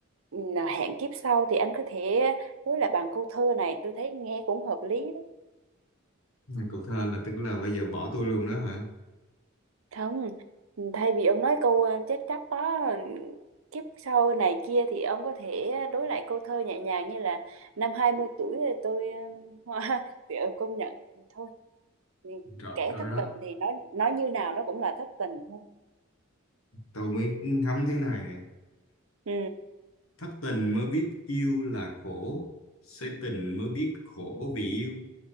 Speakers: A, on the right; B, on the left.
A: ừ, hẹn kiếp sau thì anh có thể đối lại bằng câu thơ này tôi thấy nghe cũng hợp lý
B: Cậu thơ là tức là bây giờ bỏ tôi luôn đó hả?
A: Không, thay vì ông nói câu ờ, chết chóc đó ờ, kiếp sau này kia thì ông có thể đối lại câu thơ nhẹ nhàng như là năm 20 tuổi thì tôi hoa <laughs> công nhận thôi thì
B: Rõ,
A: kẻ
B: rõ
A: thất
B: rõ.
A: tình thì nói nói như nào nó cũng là thất tình thôi
B: Tôi mới ngắm thế này nè.
A: ừ.
B: Thất tình mới biết yêu là khổ. Say tình mới biết khổ vì yêu.